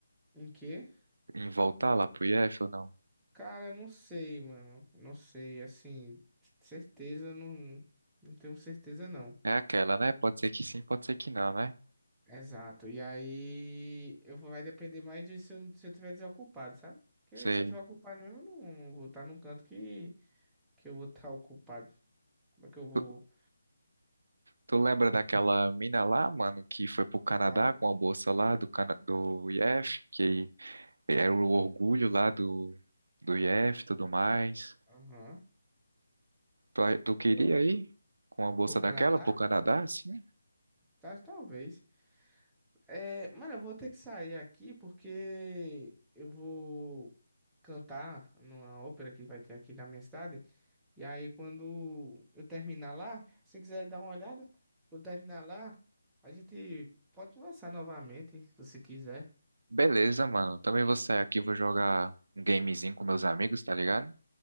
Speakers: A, in the centre; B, on the right.
A: em quê?
B: em voltar lá pro IF ou não?
A: Cara, eu não sei, mano. Não sei, assim, certeza não, não tenho certeza não.
B: É aquela, né? Pode ser que sim, pode ser que não, né?
A: Exato. E aí eu vou, vai depender mais de se eu, se eu tiver desocupado, sabe? Porque
B: Sei.
A: se eu tiver ocupado mesmo, eu não vou estar num canto que, que eu vou estar ocupado. Como é que eu vou?
B: Tu, tu lembra daquela mina lá, mano, que foi pro Canadá
A: Qual?
B: com a bolsa lá do, Cana do IF, que Era o orgulho lá do, do IF e tudo mais.
A: Aham.
B: Tu, tu queria
A: Eu-
B: ir com uma bolsa
A: O Canadá?
B: daquela pro Canadá? Sim.
A: Tá, talvez. É, mano, eu vou ter que sair aqui porque eu vou cantar numa ópera que vai ter aqui na minha cidade. E aí, quando eu terminar lá, se você quiser dar uma olhada, quando terminar lá, a gente pode conversar novamente, se você quiser.
B: Beleza, mano. Também vou sair aqui, vou jogar um gamezinho com meus amigos, tá ligado?